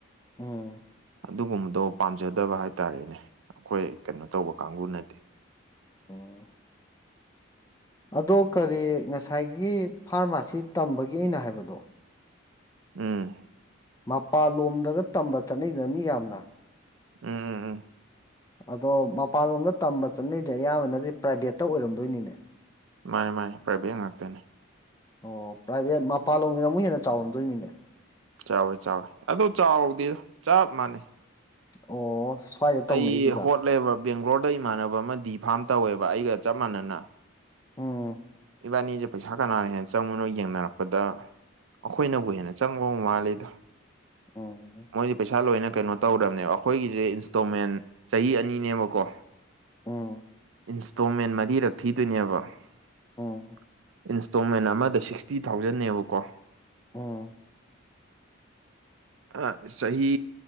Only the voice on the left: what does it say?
ꯎꯝ
ꯑꯣ ꯑꯗꯣ ꯀꯔꯤ ꯉꯁꯥꯏꯒꯤ ꯐꯥꯔꯃꯥꯁꯤ ꯇꯝꯕꯒꯤ ꯑꯩꯅ ꯍꯥꯏꯕꯗꯣ
ꯃꯄꯥꯟꯂꯣꯝꯗꯒ ꯇꯝꯕ ꯆꯠꯅꯩꯗꯅ ꯃꯤ ꯌꯥꯝꯅ
ꯑꯗꯣ ꯃꯄꯥꯟꯂꯣꯝꯗ ꯇꯝꯕ ꯆꯠꯅꯩꯁꯦ ꯑꯌꯥꯝꯕꯅꯗꯤ ꯄ꯭ꯔꯥꯏꯚꯦꯠꯇ ꯑꯣꯏꯔꯝꯗꯣꯏꯅꯤꯅꯦ
ꯑꯣ ꯄ꯭ꯔꯥꯏꯚꯦꯠ ꯃꯄꯥꯟ ꯂꯣꯝꯒꯤꯅ ꯑꯃꯨꯛ ꯍꯦꯟꯅ ꯆꯥꯎꯔꯝꯗꯣꯏꯅꯤꯅꯦ
ꯑꯣ ꯁ꯭ꯋꯥꯏꯗ ꯇꯧꯅꯩꯁꯤꯒ
ꯑꯣ
ꯎꯝ
ꯎꯝ
ꯎꯝ
ꯎꯝ